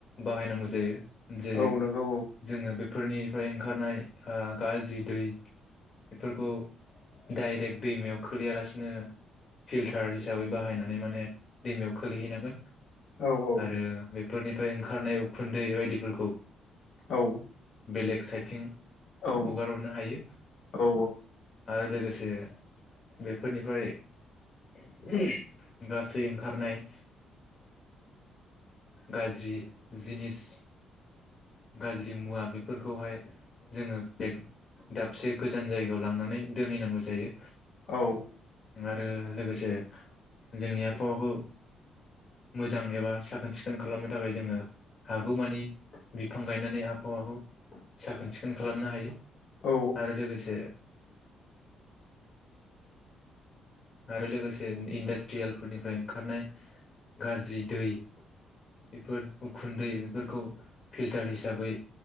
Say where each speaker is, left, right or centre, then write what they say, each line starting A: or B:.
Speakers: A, on the left; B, on the left.
A: बाहायनांगौ जायो। जेरै
B: औ नंगौ
A: जोङो बे फोरनिफ्राय ओंखारनाय ओ गाज्रि दै बेफोरखौ डाइरेक्ट दैमायाव खोलैयालासिनो फिल्टार हिसाबै बाहायनानै माने दैमायाव खोलैहैनांगोन।
B: औ औ
A: आरो बे फोरनिफ्राय ओंखारनाय उखुन्दै बायदिफोरखौ
B: औ
A: बेलेग साइडथिं
B: औ
A: हगार हरनो हायो
B: औ
A: आरो लोगोसे बेफोरनिफ्राय <inaudible> गासै खारनाय गाज्रि जिनिस गाज्रि मुवा बेफोरखौहाय जोङो बेग दाबसे गोजान जायगायाव लांनानै दोनहैनांगौ जायो।
B: औ
A: आरो लोगोसे जोंनि आबहावाखौ मोजां एबा साखोन सिखोन खालामनो थाखाय जोङो हागौमानि बिफां गायनानै आबहावाखौ साखोन सिखोन खालामनो हायो
B: औ
A: आरो लोगोसे <inaudible> आरो लोगोसे इन्डास्ट्रियेलफोरनिफ्राय ओंखारनाय गाज्रि दै बेफोर उखुन्दै बेफोरखौ फिल्टार हिसाबै